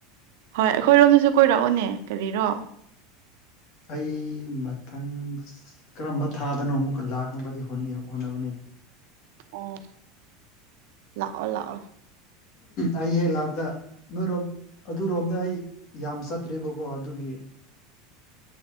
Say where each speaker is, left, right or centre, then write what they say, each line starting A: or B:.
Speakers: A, on the right; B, on the left.
A: ꯍꯣꯏ ꯑꯩꯈꯣꯏꯔꯣꯝꯗꯁꯨ ꯀꯣꯏꯔꯛꯑꯣꯅꯦ ꯀꯔꯤꯔꯣ
B: ꯑꯩ ꯃꯊꯪ ꯀꯔꯝꯕ ꯊꯥꯗꯅꯣ ꯑꯃꯨꯛꯀ ꯂꯥꯛꯅꯕꯗꯤ ꯍꯣꯠꯅꯕꯅꯤ
A: ꯑꯣ ꯂꯥꯛꯑꯣ ꯂꯥꯛꯑꯣ
B: ꯑꯩ ꯍꯦꯛ ꯂꯥꯛꯄꯗ ꯅꯣꯏꯔꯣꯝ ꯑꯗꯨꯔꯣꯝꯗ ꯑꯩ ꯌꯥꯝ ꯆꯠꯇ꯭ꯔꯦꯕꯀꯣ ꯑꯗꯨꯒꯤ